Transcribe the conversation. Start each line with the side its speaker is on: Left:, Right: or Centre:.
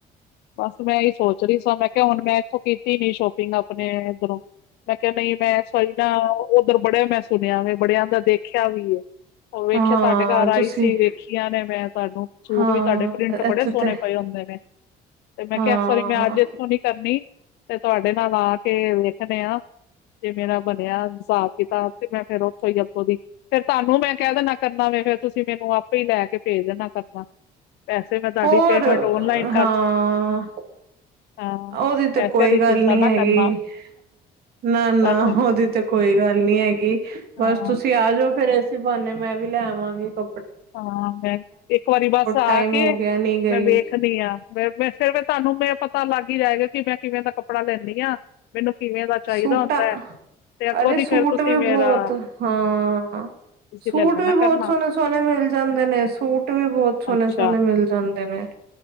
Left: ਬਸ ਮੈਂ ਇਹੀ ਸੋਚ ਰਹੀ ਸਾਂ ਮੈਂ ਕਿਹਾ ਹੁਣ ਮੈਂ ਇੱਥੋਂ ਕੀਤੀ ਨੀ ਸ਼ੋਪਿੰਗ ਆਪਣੇ ਇਧਰੋਂ ਮੈਂ ਕਿਹਾ ਨਈ ਮੈਂ ਐਸ ਵਾਰੀ ਨਾ ਉੱਧਰ ਬੜਿਆ ਮੈਂ ਸੁਣਿਆ ਵੇ ਬੜਿਆਿਆਂ ਦਾ ਦੇਖਿਆ ਵੀ ਏ। ਉਹ
Right: ਹਾਂ-ਹਾਂ
Left: ਵੇਖਿਆ ਤੁਹਾਡੇ ਘਰ ਆਈ
Right: ਤੁਸੀਂ
Left: ਸੀ ਵੇਖੀਆਂ ਨੇ ਮੈਂ ਤੁਹਾਨੂੰ ਸੂਟ
Right: ਹਾਂ
Left: ਵੀ ਤੁਹਾਡੇ ਪ੍ਰਿੰਟ
Right: ਇੱਥੇ
Left: ਬੜੇ ਸੋਹਣੇ
Right: ਤੇ
Left: ਪਏ ਹੁੰਦੇ ਨੇ। ਤੇ ਮੈਂ
Right: ਹਾਂ
Left: ਕਿਹਾ ਇਸ ਵਾਰੀ ਮੈਂ ਅੱਜ ਇੱਥੋਂ ਨੀ ਕਰਨੀ ਤੇ ਤੁਹਾਡੇ ਨਾਲ ਆ ਕੇ ਵੇਖਨੇ ਆ। ਜੇ ਮੇਰਾ ਬਣਿਆ ਹਿਸਾਬ ਕਿਤਾਬ ਤੇ ਮੈਂ ਫੇਰ ਉਥੋਂ ਹੀ ਅੱਗੋਂ ਦੀ ਫੇਰ ਤੁਹਾਨੂੰ ਮੈਂ ਕਹਿ ਦਿਨਾ ਕਰਨਾ ਵੇ ਫਿਰ ਤੁਸੀਂ ਮੈਨੂੰ ਆਪੇ ਹੀ ਲੈ ਕੇ ਭੇਜ ਦੇਨਾ ਕਰਨਾ। ਪੈਸੇ ਮੈਂ ਤੁਹਾਡੀ
Right: ਹੋਰ
Left: ਪੇਮੈਂਟ ਔਨਲਾਈਨ
Right: ਹਾਂ
Left: ਹਾਂ
Right: ਉਹਦੀ ਤਾਂ
Left: ਪੈਸਿਆਂ
Right: ਕੋਈ
Left: ਦੀ
Right: ਗੱਲ
Left: ਚਿੰਤਾ
Right: ਨੀ
Left: ਨਾ
Right: ਹੈਗੀ।
Left: ਕਰਨਾ
Right: ਨਾ, ਨਾ
Left: ਬਸ
Right: ਓਦੀ ਤੇ ਕੋਈ ਗੱਲ ਨਹੀਂ ਹੈਗੀ
Left: ਹਾਂ
Right: ਬਸ ਤੁਸੀਂ ਆਜੋ ਫੇਰ ਏਸੀ ਬਹਾਨੇ ਮੈਂ ਵੀ ਲੈ ਆਵਾਗੀ ਕ
Left: ਹਾਂ ਮੈਂ ਇੱਕ ਵਾਰੀ ਬਸ ਆ
Right: ਟਾਈਮ
Left: ਕੇ
Right: ਹੋ ਗਿਆ ਨੀ ਗਈ
Left: ਮੈਂ ਵੇਖ ਨੀ ਹਾਂ ਫਿਰ ਤੁਹਾਨੂੰ ਮ ਪਤਾ ਲੱਗ ਹੀ ਜਾਏਗਾ ਕਿ ਮੈਂ ਕਿਵੇਂ ਦਾ ਕੱਪੜਾ ਲੈਨੀ ਹਾਂ ਮੈਨੂੰ ਕਿਵੇਂ ਦਾ ਚਾਹੀਦਾ
Right: ਸੂਟਾਂ
Left: ਹੁੰਦਾ ਤੇ ਅੱਗੋਂ
Right: ਅਰੇ
Left: ਦੀ
Right: ਸੂਟ
Left: ਫੇਰ ਤੁਸੀਂ
Right: ਵੀ
Left: ਮੇਰਾ
Right: ਬੋਹਤ ਹਾਂ
Left: ਤੁਸੀਂ
Right: ਸੂਟ
Left: ਲੈ ਲੈਣਾ
Right: ਵੀ ਬੋਹਤ
Left: ਕਰਨਾ
Right: ਸੋਹਣੇ ਸੋਹਨੇ ਮਿਲ ਜਾਂਦੇ ਨੇ ਸੂਟ ਵੀ ਬਹੁਤ ਸੋਹਨੇ
Left: ਅੱਛਾ
Right: ਸੋਹਨੇ ਮਿਲ ਜਾਂਦੇ ਨੇ।